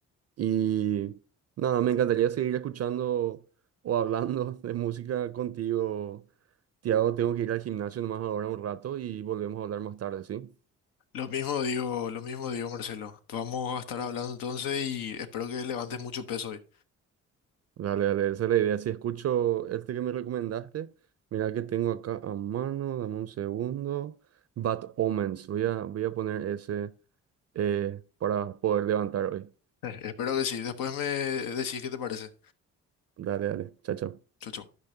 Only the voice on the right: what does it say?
Y nada, me encantaría seguir escuchando o hablando <laughs> de música contigo. Tiago, tengo que ir al gimnasio nomás ahora un rato y volvemos a hablar más tarde, ¿sí?
Dale, dale, esa es la idea. Si escucho este que me recomendaste, mira que tengo acá a mano, dame un segundo. Bad Omens, voy a, voy a poner ese eh, para poder levantar hoy.
Dale, dale, chao, chao.